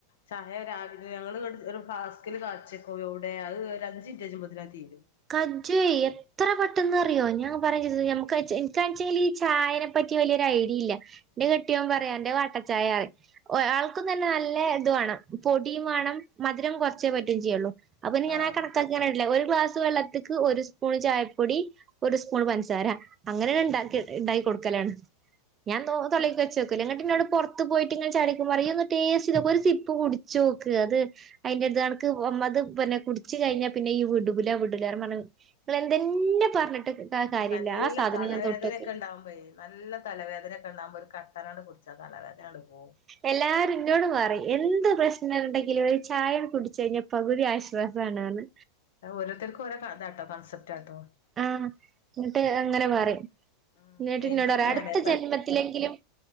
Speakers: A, on the left (about 60°); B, on the right (about 25°).
A: ചായ രാവിലെ ഞങ്ങള് ഒരു ഫ്ളാസ്കിൽ കാച്ചിക്കും എവുടെ അത് ഒരു അഞ്ചിനിറ്റ് കയ്യുമ്പത്തേ തീരും.
B: <unintelligible> എത്ര പെട്ടെന്ന് അറിയോ ഞാ പറഞ്ഞ ചെയ്തിക്ക് <unintelligible> എനിക്കാച്ചേല് ഈ ചായനെ പറ്റി വലിയ ഒരു ഐഡിയ ഇല്ല. ന്റെ കെട്ടിയോൻ പറയും അന്റെ വാട്ടച്ചായാണ്. ഒ ആൾക്കും തന്നെ നല്ല ഇത് വേണം പൊടിയും വേണം മധുരം കുറച്ചേ പറ്റും ചെയ്യുള്ളൂ. അപ്പോ ഞാൻ
A: ആഹ്
B: ആ കണക്കാക്കിയങ്ങനെ ഇടലാ ഒരു ഗ്ലാസ് വെള്ളത്തിക്ക് ഒരു സ്പൂൺ ചായപ്പൊടി ഒരു സ്പൂൺ പൻസാര അങ്ങനെ ഇണ്ടാക്കി ഇണ്ടാക്കി കൊടുക്കലാണ് ഞാൻ തൊള്ളിക്ക് വെച്ച <unintelligible> ഇങ്ങട്ടിന്നോട് പൊറത്ത് പോയിട്ട് ഇങ്ങന ചായുടിക്കുമ്പോ പറയും ഇയ്യൊന്ന് ടേസ്റ്റ് ചെയ്തോക്ക് ഒരു സിപ്പ് കുടിച്ചോക്ക് അത് അയ്ന്റെ ഇത് അണക്ക് അത് പിന്നെ കുടിച് കഴിഞ്ഞാ പിന്നെ ഈ വിടൂ ല്ലാരു പറഞ്ഞ എന്തെന്നെ പറഞ്ഞിട്ട് കാര്യല്ല
A: നല്ല
B: ആ സാധനം
A: തലവേദനൊക്കെ
B: ഞാൻ തൊട്ടോക്കും
A: ഉണ്ടാപോയെ നല്ല തലവേദനയൊക്കെ ഉണ്ടാവകുമ്പോ ഒരു കട്ടനണ്ട് കുടിച്ചാ തലവേദനണ്ട് പോവും
B: എല്ലാരും ഇന്നോട് പറിയും എന്ത് പ്രശ്നുണ്ടെങ്കിലും ഒരു ചായ കുടിച്ചു കഴിഞ്ഞാ പകുതി ആശ ശ്വാസണന്ന്
A: ഓരോരുത്തർക്ക ഓരോതാട്ടോ കോൺസെപ്റ്റട്ടോ
B: ആഹ് എന്നിട്ട് അങ്ങനെ പറിം
A: ഉം
B: എന്നിട്ട്ന്നോട്
A: എനിക്കൊക്കെ
B: പറയും
A: അങ്ങനെ
B: അടുത്ത ജന്മത്തിലെങ്കിലും